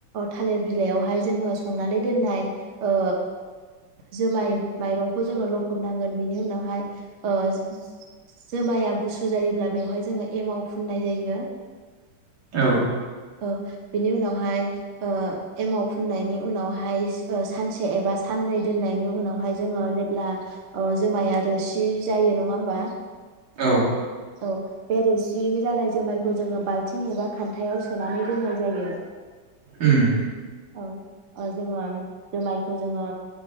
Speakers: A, on the right (about 50°); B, on the right (about 75°).
A: थालिर बिलाइयावहाय जोङो संनानै दोननाय ओ जुमाय माइरंखौ जोङो लखबनांगोन बिनि उनावहाय जो जोमाया गुसु जायोब्ला बेवहाय जोङो एमाव फुननाय जायो।
B: औ।
A: औ बिनि उनावहाय ओ एमाव फुननायनि उनावहाय ओ सानसे एबा साननै दोननायनि उनावहाय जोङो जेब्ला ओ जोमाया रोसि जायो नङा होमबा?
B: औ।
A: औ बे रोसि जानाय जुमायखौ जोङो बाल्थिं एबा खान्थायाव सोनानै दोननाय जायो।
B: ओम।
A: औ ओ जोङो जुमायखौ जोङो।